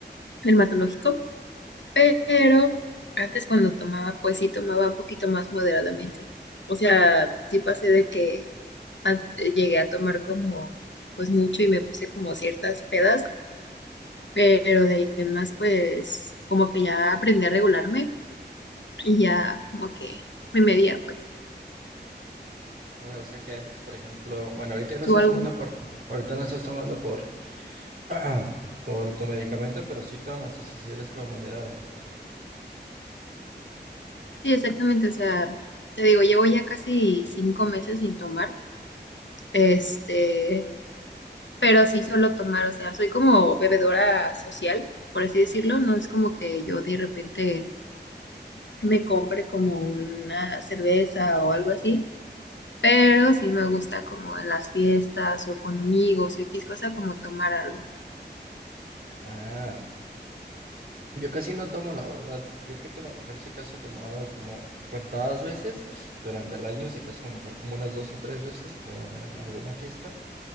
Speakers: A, on the left; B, on the right.
A: dermatológico, pero antes cuando tomaba, pues sí tomaba un poquito más moderadamente. O sea, sí pasé de que an- llegué a tomar como pues mucho y me puse como ciertas pedas, pero de ahí en más pues como que ya aprendí a regularme y ya como que me medía pues.
B: O sea que antes, por ejemplo, bueno, ahorita ya no
A: ¿Tú
B: estás
A: algún
B: tomando por, ahorita no estás tomando por, <clears throat> por tu medicamento, pero sí tomas, o sea, si eres como moderada.
A: Sí, exactamente. O sea, te digo, llevo ya casi cinco meses sin tomar. Este, pero sí solo tomar. O sea, soy como bebedora social, por así decirlo. No es como que yo de repente me compre como una cerveza o algo así. Pero sí me gusta como en las fiestas o con amigos o X cosa como tomar algo.
B: Ah. Yo casi no tomo, la verdad. Yo creo que a lo mejor si acaso he tomado como contadas veces durante el año, si acaso a lo mejor como unas dos o tres veces, como en alguna fiesta.